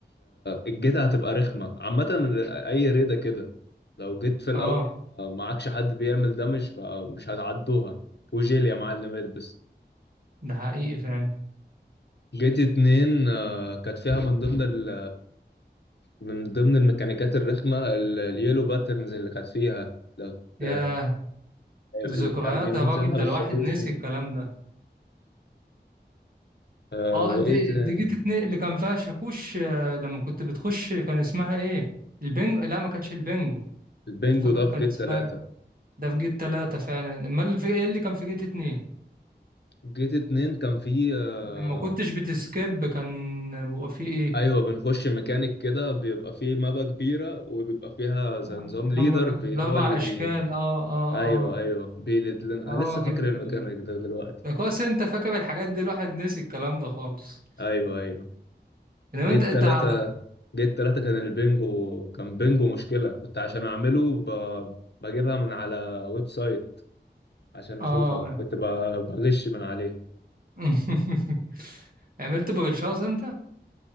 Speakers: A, on the left; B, on the right.
A: الجيت هتبقى رخمه عامه اي ريده كده لو جيت في الاول
B: اه
A: معكش حد بيعمل دمج فمش هتعدوها وجيل يا معلم البس
B: ده حقيقي فعلا
A: جيت اتنين آه، كانت فيها من ضمن ال... من ضمن الميكانيكات الرخمه ال- اليلو باترنز اللي كانت فيها لو
B: ياه
A: آه، اللي
B: ده ذكريات
A: كان بينزلها
B: يا راجل ده
A: بالشاكوش
B: الواحد نسي
A: دي
B: الكلام ده
A: آه،
B: اه
A: وايه
B: دي
A: تاني
B: دي جيت اتنين اللي كان فيها شاكوش آه، لما كنت بتخش كان اسمها ايه البنجو لا ما كانتش البنجو
A: البنجو
B: انت فاكر
A: ده
B: كان
A: في جيت
B: اسمها
A: تلاتة
B: ده في جيت تلاتة فعلا امال في ايه اللي كان في جيت اتنين
A: جيت اتنين كان فيه آه،
B: لما كنتش بتسكيب كان بيبقى فيه ايه
A: ايوه بنخش ميكانيك كده بيبقى فيه مابا كبيره وبيبقى فيها زي
B: آه،
A: نظام ليدر
B: كان بيبقى
A: بي
B: الاربع
A: هو اللي
B: اشكال
A: بي
B: اه اه
A: ايوه
B: اه
A: ايوه بيلد لنا
B: يا راجل
A: أنا لسه فاكر الميكانيك ده دلوقتي
B: ده كويس انت فاكر الحاجات دي الواحد نسي الكلام ده خالص
A: ايوه ايوه
B: انما
A: جيت
B: انت انت
A: تلاتة
B: عاد-
A: جيت تلاتة كان البنجو كان بنجو مشكله كنت عشان اعمله ب... بجيبها من على ويب سايت عشان
B: اه
A: اشوفها كنت ب... بغش من عليه
B: <laughs> عملت بابلشاز انت